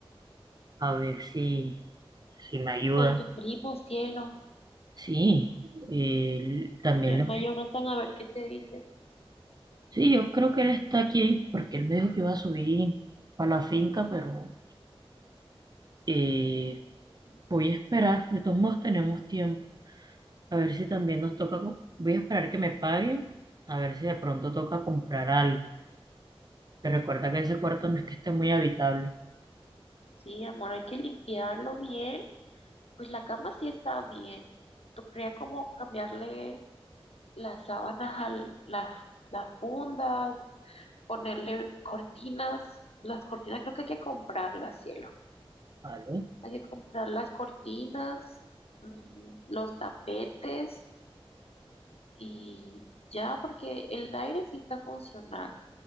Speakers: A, on the right; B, on the left.
A: a ver si, si me ayuda.
B: Con tu primo, cielo.
A: Sí, él también
B: Llama
A: le...
B: a Jonathan a ver qué te dice.
A: Sí, yo creo que él está aquí porque él me dijo que iba a subir para la finca, pero eh, voy a esperar. De todos modos tenemos tiempo. A ver si también nos toca, co- voy a esperar que me pague, a ver si de pronto toca comprar algo. Te recuerda
B: Mm,
A: que ese cuarto no es que esté muy habitable,
B: Sí, amor, hay que limpiarlo bien. Pues la cama sí está bien. ¿Tú creías como cambiarle las sábanas a las, las fundas, ponerle cortinas? Las cortinas creo que hay que comprarlas, cielo.
A: ¿vale?
B: Hay que comprar las cortinas, mm, los tapetes y ya, porque el aire sí está funcionando.